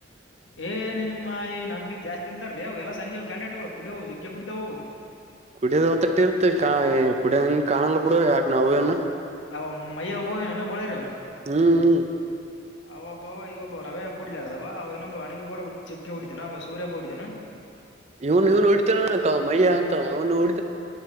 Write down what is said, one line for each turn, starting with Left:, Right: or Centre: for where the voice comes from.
Left: ಏ ನಿಮ್ಮಾಯಿ ನಮಗೆ <unintelligible> ಜಾಸ್ತಿ ಅಂತರ್ಲಿ ಅವು ಎಲ್ಲ ಸಂಘ್ಯವು ಕ್ಯಾಂಡಿಡೇಟ್ಗಳು ಕುಡವು ಜಗ್ಗೆ ಕುಡತವು
Right: ಕುಡಿಯದ ಹೊತ್ತಟ್ಟ ಇರುತ್ತ ಕುಡಿಯಂಗ ಕಾಣಲ್ಲ ಬಿಡ ಯ ನಾವ್ಯನ
Left: ಆ ಮಯ ಬಲ್ಲ ಬೊಳರ
Right: ಹ್ಮ್ ಹ್ಮ್
Left: ಆ ಬ ಇವ ರವೆ ಹಬ ಕುಡ್ಲಾರದವ ಅವವು ಇನ್ನೊಬ್ ಅಣಿೂಡ ಚಗ್ಿ ಹೊಡಿತತಾನ ಅವ ಸೂರ್ಯ ಹಬ ಹ ಹೊಡಿತಾನಾ
Right: ಇವನ್ ಇವನ್ ಹೊಡಿತರಣ ಕ ಮಯ್ಯ ಅಂತ ಅವ್ನು ನೋಡ